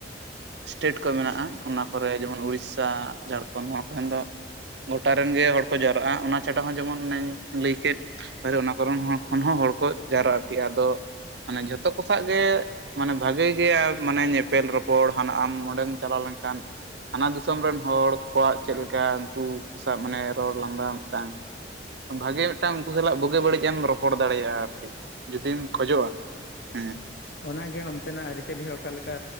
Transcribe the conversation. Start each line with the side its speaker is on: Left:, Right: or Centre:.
Right: ᱥᱴᱮᱴ ᱠᱚ᱾ ᱢᱮᱱᱟᱜᱼᱟ᱾ ᱚᱱᱟ ᱠᱚᱨᱮ, ᱡᱮᱢᱚᱱ ᱩᱲᱤᱥᱥᱟ᱾ ᱡᱷᱟᱲᱠᱷᱚᱸᱰ᱾ ᱱᱚᱣᱟ ᱠᱚᱨᱮᱱ ᱫᱚ ᱜᱚᱴᱟ ᱨᱮᱱ ᱜᱮ, ᱦᱚᱲ ᱠᱚ ᱡᱟᱣᱨᱟᱜᱼᱟ᱾ ᱚᱱᱟ ᱪᱷᱟᱰᱟ ᱦᱚᱸ ᱡᱮᱢᱚᱱ, ᱚᱱᱮᱧ ᱞᱟᱹᱭ ᱠᱮᱫ ᱚᱱᱟ ᱠᱟᱨᱚᱱ ᱠᱷᱚᱱ ᱦᱚᱸ ᱦᱚᱲ ᱠᱚ, ᱡᱟᱣᱨᱟ᱾ ᱟᱨᱠᱤ ᱟᱫᱚ, ᱢᱟᱱᱮ ᱡᱷᱚᱛᱚ ᱠᱚ ᱥᱟᱜ ᱜᱮ ᱢᱟᱱᱮ ᱵᱷᱟᱜᱮ ᱜᱮᱭᱟ᱾ ᱢᱟᱱᱮ ᱧᱮᱯᱮᱞ, ᱨᱚᱯᱚᱲ, ᱦᱟᱱᱟ ᱟᱢ ᱚᱸᱰᱮᱢ ᱪᱟᱞᱟ-ᱣ ᱞᱮᱱᱠᱷᱟᱱ ᱦᱟᱱᱟ ᱫᱤᱥᱚᱢ ᱨᱮᱱ ᱦᱚᱲ ᱠᱚᱣᱟ-ᱜ ᱪᱮᱫ ᱞᱮᱠᱟ ᱾ᱩᱱᱠᱩ ᱥᱟᱶ ᱢᱟᱱᱮ ᱨᱚᱲ, ᱞᱟᱸᱫᱟ, ᱢᱤᱫᱴᱟᱝ ᱵᱷᱟᱜᱮ ᱢᱤᱫᱴᱟᱝ ᱩᱱᱠᱩ ᱥᱟᱞᱟ-ᱜ ᱵᱩᱜᱤ- ᱵᱟᱹᱲᱤᱡ ᱮᱢ ᱨᱚᱯᱚᱲ ᱫᱟᱲᱮᱭᱟᱜᱼᱟ᱾ ᱟᱨᱠᱤ ᱡᱩᱫᱤᱢ, ᱠᱷᱚᱡᱚᱜᱼᱟ ᱾ᱦᱮᱸ
Left: ᱚᱱᱟ ᱜᱮ ᱚᱱᱛᱮᱱᱟ-ᱜ ᱟᱹᱨᱤ ᱪᱟᱹᱞᱤ ᱦᱚᱸ ᱚᱠᱟᱞᱮᱠᱟ᱾